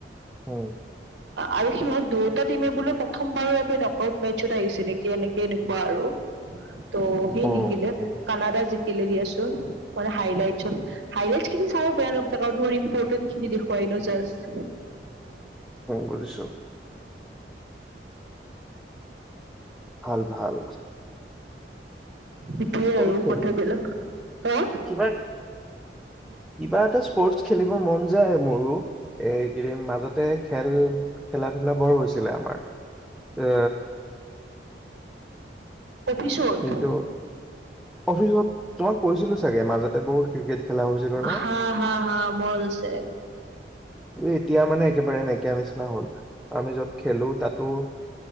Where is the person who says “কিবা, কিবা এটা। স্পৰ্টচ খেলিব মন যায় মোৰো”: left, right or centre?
Centre